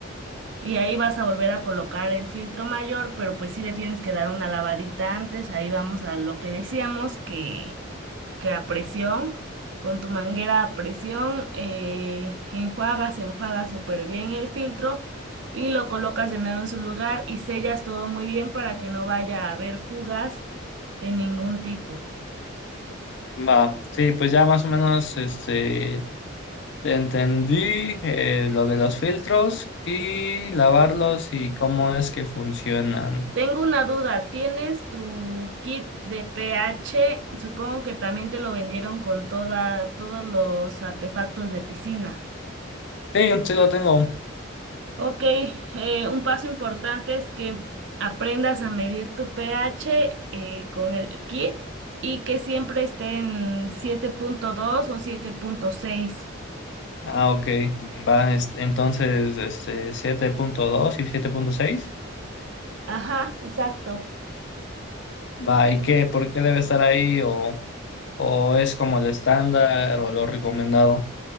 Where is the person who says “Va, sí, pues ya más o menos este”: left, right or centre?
Left